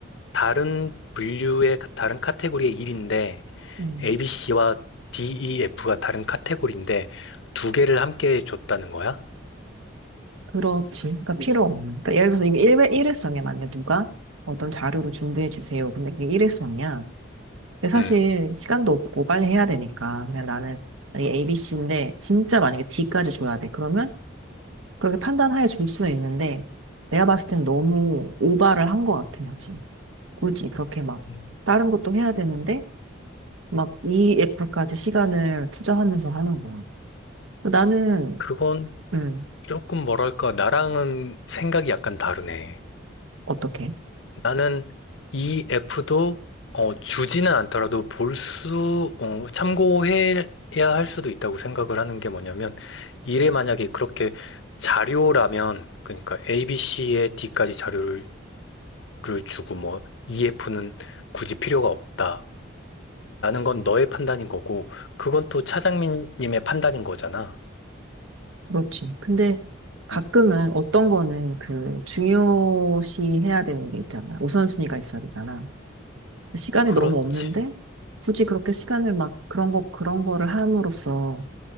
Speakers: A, on the left; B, on the right.
A: 다른 분류의, 다른 카테고리의 일인데,
B: 음,
A: ABC와 D, E, F가 다른 카테고리인데, 두 개를 함께 줬다는 거야?
B: 그렇지. 그러니까 필요 없는. 그러니까 예를 들어서 이게 일회, 일회성이야. 만약에 누가 어떤 자료를 준비해 주세요. 근데 그게 일회성이야. 근데 사실
A: 음.
B: 시간도 없고 빨리 해야 되니까. 그냥 나는, 만약에 ABC인데, 진짜 만약에 D까지 줘야 돼. 그러면 그렇게 판단하에 줄 수는 있는데, 내가 봤을 땐 너무 오바를 한 것 같아요, 지 굳이 그렇게 막,
A: 음.
B: 다른 것도 해야 되는데, 막 EF까지 시간을 투자하면서 하는 거야. 나는,
A: 그건
B: 음,
A: 조금 뭐랄까, 나랑은 생각이 약간 다르네.
B: 어떻게?
A: 나는 EF도 주지는 않더라도 볼 수, 어, 참고해야 할 수도 있다고 생각을 하는 게 뭐냐면, 이래 만약에 그렇게 자료라면, 그러니까 ABC에 D까지 자료를 를 주고 뭐 EF는 굳이 필요가 없다라는 건 너의 판단인 거고, 그건 또 차장님의 판단인 거잖아.
B: 그렇지. 근데 가끔은
A: 음,
B: 어떤 거는 그 중요시 해야 되는 게 있잖아. 우선순위가 있어야 되잖아. 시간이
A: 그렇지.
B: 너무 없는데, 굳이 그렇게 시간을 막 그런 거, 그런 거를 함으로써